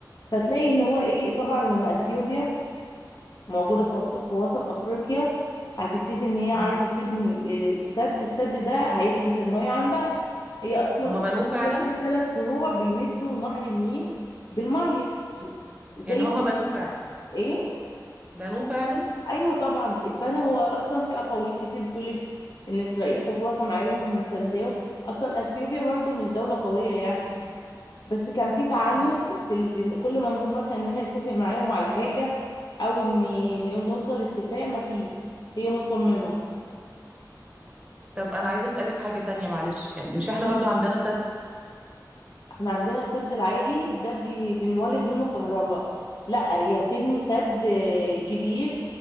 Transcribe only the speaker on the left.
فتلاقي ان هو ايه طبعا لما اثيوبيا موجودة في أس- في وسط أفريقيا هتبتدي إن هي عايزة
تبني آه، استاد الاستاد ده هيحجز المية عندها هي أصلا
أفريقيا
فيها ثلاث فروع بيمدوا نهر النيل بالمية زي
إيه؟
أيوة طبعا اتبنى هو أصلا في أقاويل كتير بتقولك إن إسرائيل كانت واقفة معاهم ومسانداهم أصلا أثيوبيا برضو مش دولة قوية يعني بس كان في تعنت
في ال... إن كل ما نروح مثلا ان احنا نتفق معاهم على حاجه او ان إن نوصل اتفاق ما فيش هي مصممه
احنا عندنا السد العالي ده بي... بنولد منه كهرباء لا هي هتبني سد آه، كبير